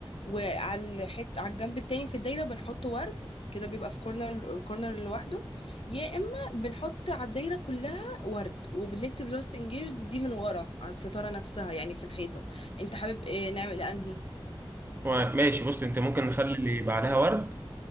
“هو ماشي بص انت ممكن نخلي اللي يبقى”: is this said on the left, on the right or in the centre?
Right